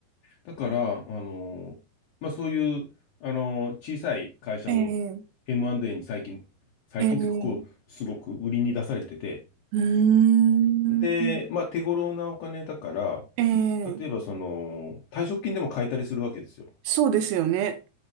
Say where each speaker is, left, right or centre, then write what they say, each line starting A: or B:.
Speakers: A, on the left; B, on the right.
A: だから、あの、まあ、そういう、あの、小さい会社も
B: ええ
A: M&A に最近、最近っていうか、
B: ええ
A: こう、すごく売りに出されてて、
B: うーん。
A: で、まあ、手頃なお金だから、
B: ええ
A: 例えば、その、退職金でも買えたりするわけですよ。
B: そうですよね。